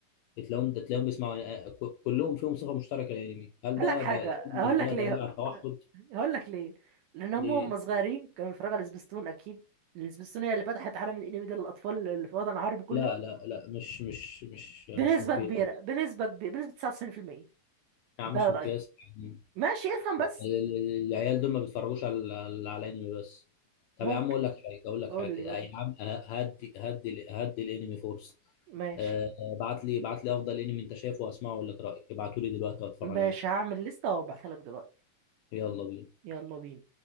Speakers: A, on the left; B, on the right.
A: بتلاقيهم ده تلاقيهم بيسمعوا آه، ك- كلهم فيهم صفة مشتركة للأنمي هل
B: هقول
A: ده
B: لك حاجه
A: ده
B: هقول
A: ده
B: لك
A: دليل
B: ليه
A: على التوحد؟
B: آه، هقول لك ليه لان هم
A: ليه؟
B: هم صغيرين كانوا بيتفرجوا على سبيستون اكيد السبيستون هي اللي فتحت عالم الانمي ده للاطفال اللي في الوطن العربي كله
A: لا لا لا مش مش مش مش
B: بنسبه
A: مقياس
B: كبيره بنسبه كبيره بنسبه 99%
A: يا
B: ده
A: عم مش مقياس
B: رايي
A: يعني
B: ماشي افهم بس
A: ال- ال- العيال دول ما بيتفرجوش على على على انمي بس طب
B: ممكن
A: يا عم اقول لك حاجه اقول لك
B: قول
A: حاجه
B: لي
A: يا
B: قول لي
A: عم ه- هدي هدي هدي الانمي فرصه
B: ماشي
A: آه، آه، ابعت لي ابعت لي افضل انمي انت شايفه واسمعه واقول لك رايي ابعتوا لي دلوقتي واتفرج
B: ماشي
A: عليه
B: هعمل لستة وابعتها لك دلوقتي
A: يلا بينا
B: يلا بينا